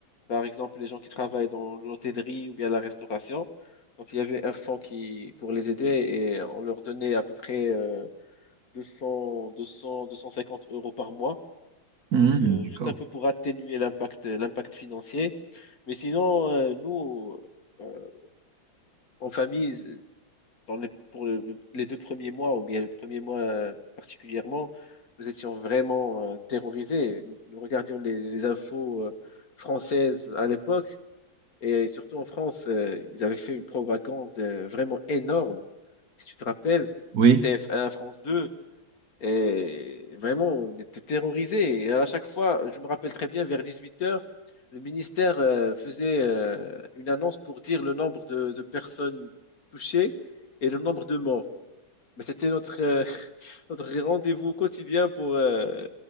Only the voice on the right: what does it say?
Mhm,
d'accord.
Oui.